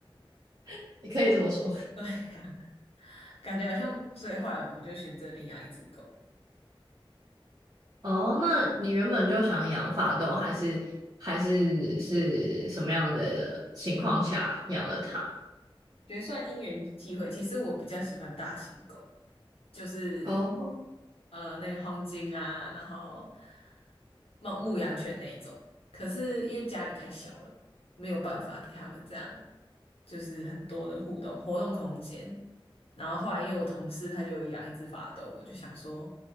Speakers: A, on the right; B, on the left.
A: <laughs> 也可以这么说。
B: <laughs> 对呀、感觉好像，所以后来我们就选择领养一只狗。
A: 哦，那你原本就想养法斗，还是还是是什么样的情况下养了它？
B: 觉得算因缘际会。其实我比较喜欢大型狗，就是
A: 哦，
B: 呃那个黄金啊，然后牧牧羊犬那一种。可是因为家里太小了，没有办法给他们这样，就是很多的互动活动空间。然后后来因为我同事他就有养一只法斗，我就想说